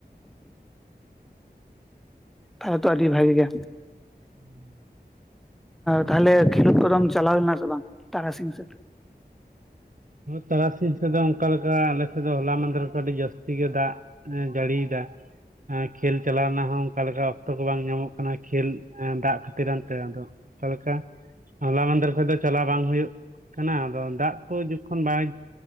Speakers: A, in the centre; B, on the right (about 50°).
A: ᱦᱮᱸ ᱛᱚ ᱟᱹᱰᱤ ᱵᱷᱟᱹᱜᱤ ᱜᱮ
B: <inaudible>
A: ᱛᱟᱦᱚᱞᱮ ᱠᱷᱮᱞᱳᱸᱰ ᱠᱚᱫᱚᱢ ᱪᱟᱞᱟᱣ ᱞᱮᱱᱟ ᱥᱮ ᱵᱟᱝ ᱛᱟᱨᱟᱥᱤᱝ ᱥᱮᱫ
B: ᱛᱟᱨᱟᱥᱤᱧ ᱥᱮᱫ ᱫᱚ ᱚᱱᱠᱟ ᱞᱮᱠᱟ ᱟᱞᱮ ᱥᱮᱫ ᱫᱚ ᱦᱚᱞᱟ ᱢᱟᱸᱫᱦᱮᱨ ᱠᱷᱚᱡ ᱟᱹᱰᱤ ᱡᱟᱹᱥᱛᱤ ᱜᱮ ᱫᱟᱜ ᱦᱮ ᱡᱟᱹᱲᱤᱭ ᱫᱟ ᱠᱷᱮᱞ ᱪᱟᱞᱟᱣ ᱨᱮᱱᱟᱜ ᱦᱚᱸ ᱚᱱᱠᱟ ᱞᱮᱠᱟ ᱚᱠᱛᱚ ᱠᱚ ᱵᱟᱝ ᱧᱟᱢᱚᱜ ᱠᱟᱱᱟ ᱠᱷᱮᱞ ᱫᱟᱜ ᱠᱷᱟᱹᱛᱤᱨᱟᱱᱛᱮ ᱟᱫᱚ ᱛᱟᱷᱞᱮᱞᱮᱠᱟ ᱦᱚᱞᱟ ᱢᱟᱸᱫᱮᱨ ᱠᱷᱚᱡ ᱫᱚ ᱪᱟᱞᱟᱣ ᱵᱟᱝ ᱦᱩᱭᱩᱜ ᱠᱟᱱᱟ ᱟᱫᱚ ᱫᱟᱜ ᱫᱟᱜ ᱠᱚ ᱡᱚᱠᱷᱚᱱ ᱵᱟᱭ